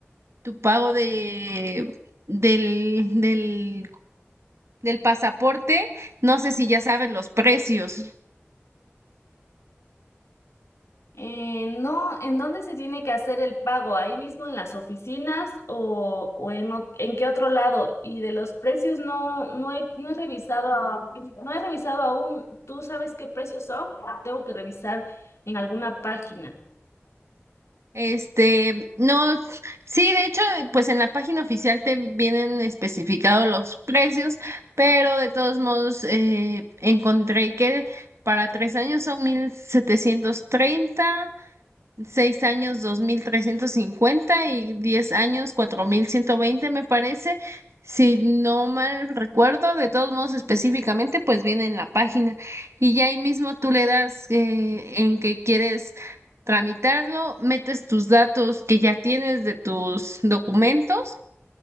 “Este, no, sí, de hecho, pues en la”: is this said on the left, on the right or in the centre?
Right